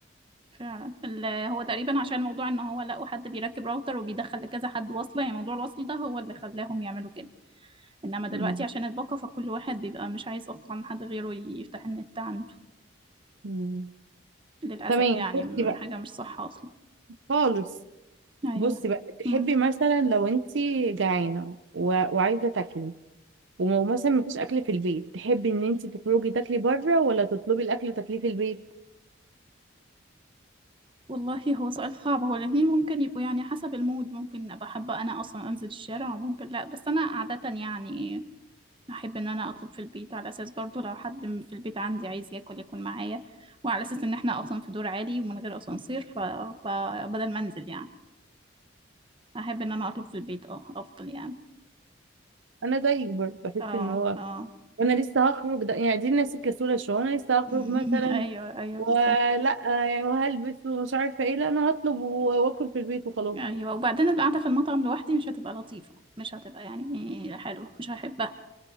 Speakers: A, on the right (about 25°); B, on the right (about 65°).
A: فعلا ال- هو تقريبا عشان موضوع ان هو لقوا حد بيركب راوتر وبيدخل لكذا حد وصلة يعني موضوع الوصل ده هو اللي خلاهم يعملوا كده انما دلوقتي
B: مم.
A: عشان الباقة فكل واحد بيبقى مش عايز اصلا حد غيره يفتح النت عنده
B: مم.
A: للأسف
B: تمام
A: يعني
B: بصي
A: م-
B: بقى
A: حاجة مش صح اصلا
B: خالص
A: ايوه
B: بصي بقى تحبي
A: مم.
B: مثلا لو انت جعانه و... وعايزه تاكلي ومو مثلا مفيش اكل في البيت تحبي ان انت تخرجي تاكلي بره ولا تطلبي الاكل وتاكليه في البيت
A: والله هو سؤال صعب هو الاتنين ممكن يبقوا يعني حسب المود ممكن ابقى حابة انا اصلا انزل الشارع وممكن لا بس انا عادة يعني احب ان انا اطلب في البيت على اساس برضو لو حد م- في البيت عندي عايز ياكل ياكل معايا وعلى اساس ان احنا اصلا في دور عالي ومن غير اسانسير ف... فبدل ما انزل يعني احب ان انا اطلب في البيت اه افضل يعني
B: انا زيك برضه بحس
A: اه
B: ان هو
A: اه
B: وانا لسه هخرج ده يعني دي الناس الكسوله شويه انا لسه هخرج
A: <laughs>
B: مثلا
A: ايوه ايوه
B: ولا
A: بالظبط
B: يعني وهلبس ومش عارفه ايه لا انا هطلب و- واكل في البيت وخلاص
A: ايوه وبعدين القعده في المطعم لوحدي مش هتبقى لطيفه مش هتبقى يعني حلوه مش هحبها